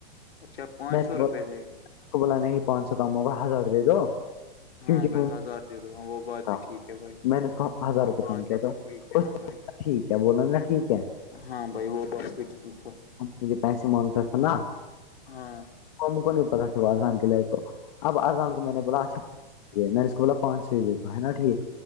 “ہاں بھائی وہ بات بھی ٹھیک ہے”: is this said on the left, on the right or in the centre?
Left